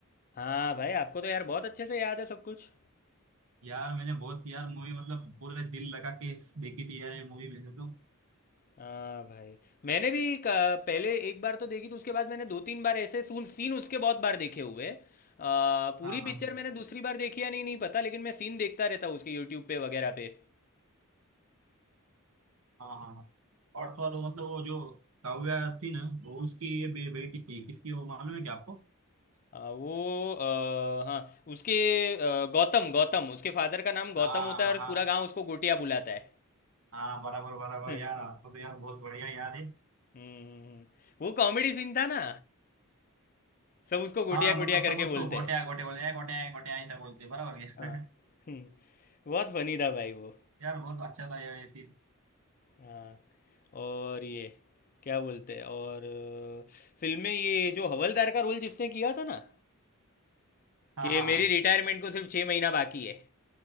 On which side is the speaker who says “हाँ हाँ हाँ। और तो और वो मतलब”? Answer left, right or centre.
Right